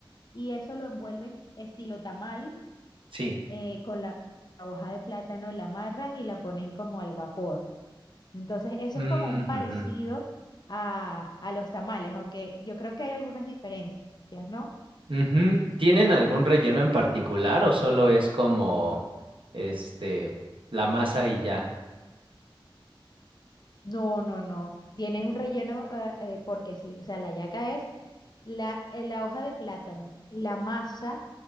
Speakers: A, on the left (about 50°); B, on the right (about 75°).
A: y eso lo envuelven estilo tamal
B: Sí.
A: eh, con la la hoja de plátano, la amarran y la ponen como al vapor. Entonces eso
B: Mm,
A: es como un parecido
B: ujú.
A: a, a los tamales, aunque yo creo que hay algunas diferencias, ¿no?
B: Ujú. ¿Tienen algún relleno en particular o solo es como, este, la masa y ya?
A: No, no, no. Tiene un relleno eh, eh, porque sí. O sea, la yaca es La, eh, la hoja de plátano, la masa,